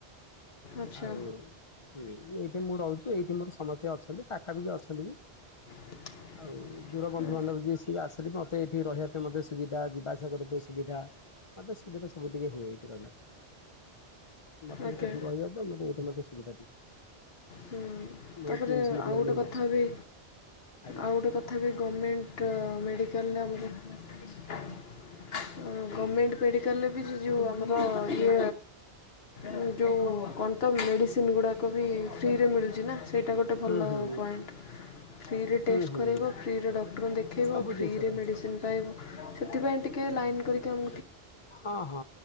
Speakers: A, on the left; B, on the left.
A: ଆଚ୍ଛା
B: ଆଉ ହୁଁ, ମୁଁ ଏଇଠି ମୁଁ ରହୁଛି, ଏଇଠି ମୋର ସମସ୍ତେ ଅଛନ୍ତି, ପାଖାପାଖି ଅଛନ୍ତି ବି।
A: <inaudible>
B: ଆଉ ଦୂର ବନ୍ଧୁ
A: ହଁ,
B: ବାନ୍ଧବ ଯିଏ ସିଏ ଆସିଲେ ମୋତେ ଏଠି ରହିବା ପାଇଁ ମୋତେ ସୁବିଦା, ଯିବାଆସିବା କରିତେ ସୁବିଧା। ମୋତେ ସୁବିଧା ସବୁ ଟିକେ ହୁଏ ଏଇଠି ରହିଲା କୁ, ମୋତେ
A: ଆଜ୍ଞା
B: ବି ତ ଦୂର ହେଇଯାଉ ନା ଏମିତି ମୋତେ ମଧ୍ଯ ସୁବିଧା ଟିକେ।
A: ହୁଁ,
B: ମୁଁ
A: ତାପରେ
B: ଏଇ କିମ୍ସ ମେଡିକାଲ
A: ଆଉ ଗୋଟେ
B: ନେଇଯାଏ
A: କଥା ବି,
B: ଆଜ୍ଞା
A: ଆଉ ଗୋଟେ କ ଥା ବି ଗମେଣ୍ଟ ଅ, ମେଡ଼ିକାଲ୍ ରେ ଆମର <inaudible> ଅଁ, ଗମେଣ୍ଟ ମେଡିକାଲ୍ ରେ ବି ଯୋ ଯୋଉ ଆମର ଇଏ ଏ ଯୋଉ କଣ ତ ମେଡ଼ିସିନ୍ ଗୁଡ଼ାକ ବି ଫ୍ରି ରେ ମିଳୁଚି ନା ସେଇଟା ଗୋଟେ ଭଲ
B: ହୁଁ ହୁଁ
A: ପଏଣ୍ଟ। ଫ୍ରି ରେ ଟେଷ୍ଟ
B: ହୁଁ ହୁଁ
A: କରେଇବ,
B: ହୁଁ
A: ଫ୍ରି ରେ ଡକ୍ଟର୍ ଦେଖେଇବ,
B: ସବୁ
A: ଫ୍ରି
B: ଜିନିଷ
A: ରେ
B: ଟା
A: ମେଡ଼ିସିନ୍ ପାଇବ। ସେଥିପାଇଁ ଟିକେ ଲାଇନ୍ କରିକି ଆମ
B: ହଁ, ହଁ,